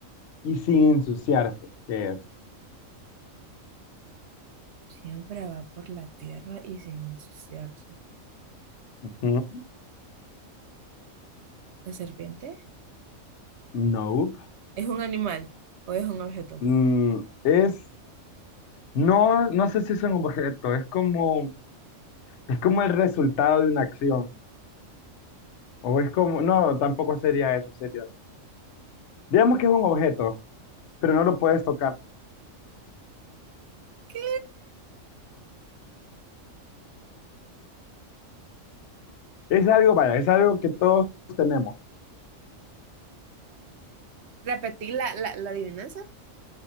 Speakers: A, on the left; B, on the right.
A: y sin ensuciarse, que es
B: Siempre va por la tierra y sin ensuciarse.
A: Ujú.
B: ¿La serpiente?
A: Nope.
B: ¿Es un animal o es un objeto?
A: Mm, es, no, no sé si es un objeto, es como, es como el resultado de una acción. O es como, no, tampoco sería eso, sería. Digamos que es un objeto, pero no lo puedes tocar.
B: ¿Qué?
A: Es algo, vaya, es algo que todos tenemos.
B: Repetí la, la, la adivinanza.